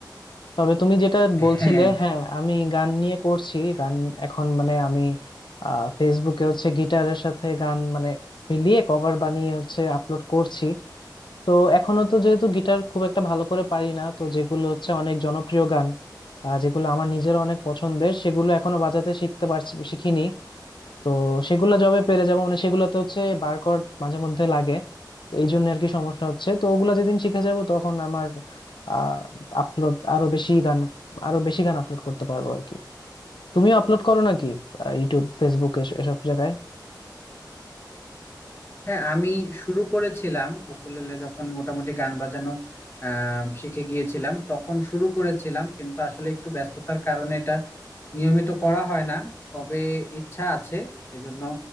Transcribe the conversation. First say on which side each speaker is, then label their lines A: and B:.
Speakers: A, on the left; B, on the left.
A: তবে তুমি যেটা বলছিলে
B: হ্যাঁ
A: হ্যাঁ আমি গান নিয়ে করছি গান এখন মানে আমি আহ, ফেসবুকে হচ্ছে গিটারের সাথে গান মানে মিলিয়ে কভার বানিয়ে হচ্ছে আপলোড করছি তো এখনো তো যেহেতু গিটার খুব একটা ভালো করে পারি না তো যেগুলো হচ্ছে অনেক জনপ্রিয় গান আহ, যেগুলো আমার নিজের অনেক পছন্দের সেগুলো এখনো বাজাতে শিখতে পারছি শিখিনি তো সেগুলো জবে পেরে যাবো মানে সেগুলোতে হচ্ছে বারকোড মাঝে মধ্যে লাগে তো এই জন্য আর কি সমস্যা হচ্ছে তো ওগুলা যেদিন শিখে যাব তখন আমার আহ আপলোড আরো বেশি গান আরো বেশি গান আপলোড করতে পারবো আর কি তুমিও আপলোড করো নাকি আহ, ইউটিউব ফেসবুক এস- এসব জায়গায়
B: হ্যাঁ আমি শুরু করেছিলাম উকুলেলে যখন মোটামুটি গান বাজানো আহ শিখে গিয়েছিলাম তখন শুরু করেছিলাম কিন্তু আসলে একটু ব্যস্ততার কারণে এটা নিয়মিত করা হয় না তবে ইচ্ছা আছে এজন্য